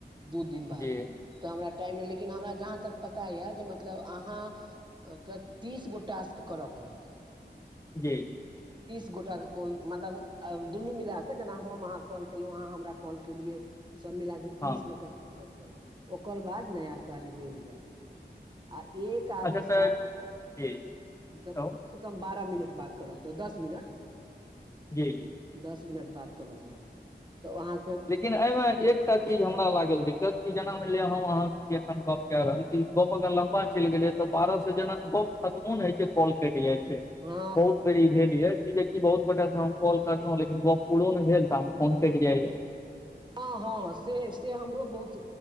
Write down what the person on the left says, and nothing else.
जी
जी
हँ
अच्छा
तॅं,
जी
कहू
जी।
लेकिन एहिमे एक- एकटा चीज हमरा लागल दिक्कत कि जेना मानि लिअ हम अहाँ अखन गप कऽ रहल कि गप्प अगर लम्बा चलि गेलै- तॅं बारह से जेना गप्प खत्मो नै होइ छैय काॅल कटि जाय छै
बहुत बेर ई भेल याए कि जे कि बहुत गोटासॅं हम कॉल करलहुॅं लेकिन गप्प पूरो नहि भेल तामे फोन कटि जाइयाए